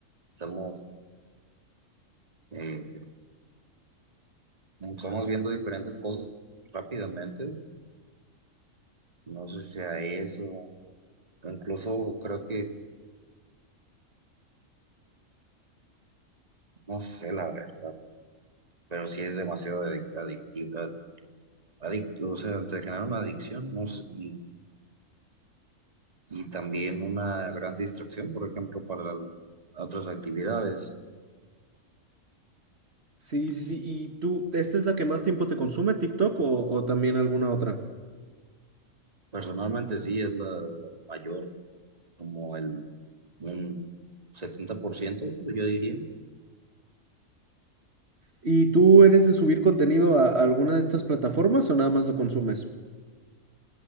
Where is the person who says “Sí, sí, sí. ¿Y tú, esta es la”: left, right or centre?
Right